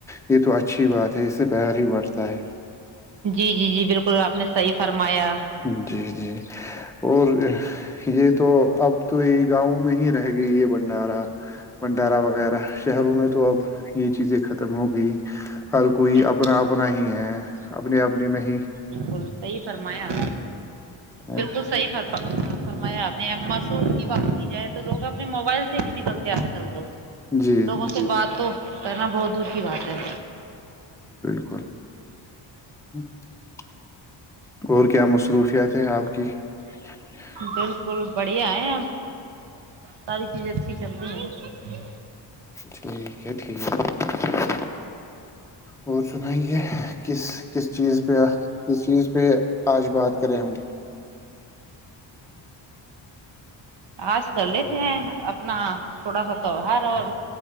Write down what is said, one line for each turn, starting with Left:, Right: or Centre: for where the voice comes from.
Centre: یہ تو اچھی بات ہے اس سے پیار ہی بڑھتا ہے
Right: جی جی جی بالکل آپ نےحیح فرم میا <unintelligible>
Centre: ہ <unintelligible> جی جی اور یہ تو اب تو یہ گاؤں میں ہی رہ گئی یہ بنڈارا بنڈارا وغیرہ شہروں میں تو اب یہ چیزیں ختم ہو گئی ہر کوئی
Right: بالکل
Centre: اپنا اپنا ہی ہے اپنی اپنی نہیں
Right: بل ص ہی فرمایا
Centre: ہے؟
Right: بالکل صی فرق فرمایا آپ ن م سو کی ب ہے تو لوگ اپنے موبائل سے ہی نہیں نکلتے آج کل تو
Centre: جی
Right: لوگوں سے بات تو کرنا بہت دور کی بات ہے
Centre: اچ <unintelligible> جچ <unintelligible> اور کیا کیا مصروفیات ہے آپ کی ج <unintelligible>
Right: بالکل بڑھیا ہے ساری چیزیں اچھی چل رہی ہے
Centre: ٹھیک ہے ٹھیک ہے اور سنائیے کس کس چیز پہ کس چیز پہ آج بات کریں ہم
Right: آج کر لیتے ہیں اپنا تھوڑا سا تیوہار اور